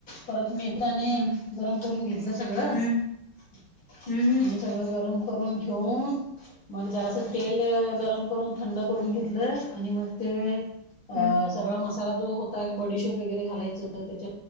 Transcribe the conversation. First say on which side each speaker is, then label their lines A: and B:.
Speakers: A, on the left; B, on the left.
A: परत मेथने
B: हम्म
A: गरम करून घेतलं सगळं आणि
B: हम्म हम्म हम्म
A: सगळं गरम करून घेऊन मग जरास तेल
B: हम्म
A: गरम करून थंड करून घेतलं आणि मग ते अ
B: हम्म
A: सगळा मसाला जो होता बडीशेप वैगेरे घालायचं त्या